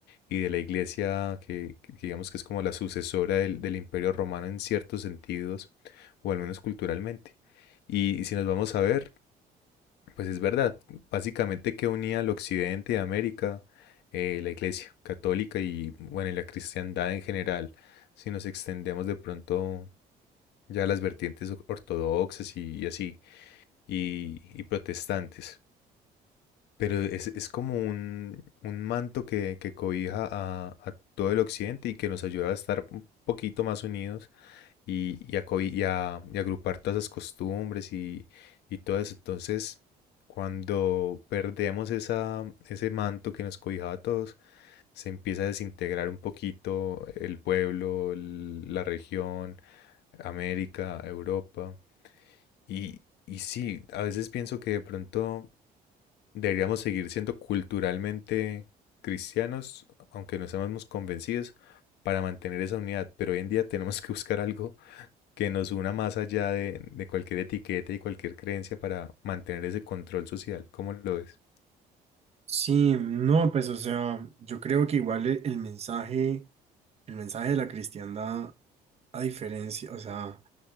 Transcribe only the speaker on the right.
Sí, no, pues o sea, yo creo que igual el el mensaje... El mensaje de la cristiandad a diferencia, o sea,